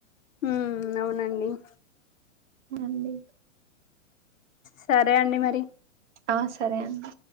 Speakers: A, on the left; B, on the right.
A: మ్మ్ అవునండి ఉ
B: అండి
A: సరే అండి మరి
B: ఆ సరే అండి